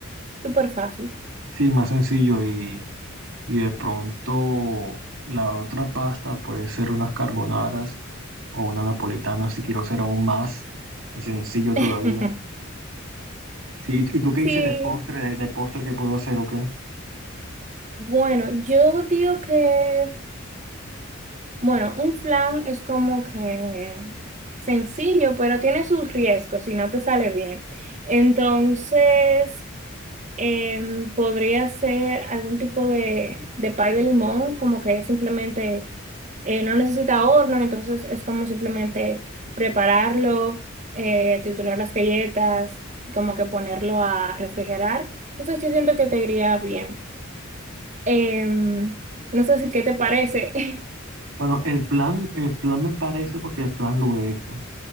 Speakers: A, on the right (about 35°); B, on the right (about 80°).
A: súper fácil.
B: Sí, más sencillo. Y, y de pronto la otra pasta puede ser unas carbonaras o una napolitana si quiero ser aún más sencillo todavía.
A: <laughs>
B: Sí, ¿y, y tú qué
A: Sí,
B: dices de postre, de, de postre que puedo hacer o qué?
A: bueno, yo digo que, bueno, un flan es como que sencillo, pero tiene sus riesgos si no te sale bien. Entonces... Em, podría ser algún tipo de, de pay de limón, como que es simplemente eh, no necesita horno, entonces es como simplemente prepararlo, eh, triturar las galletas, como que ponerlo a refrigerar. Entonces yo siento que te iría bien. Em, no sé si qué te parece. <laughs>
B: Bueno, el flan, el flan me parece porque el flan lo he hecho.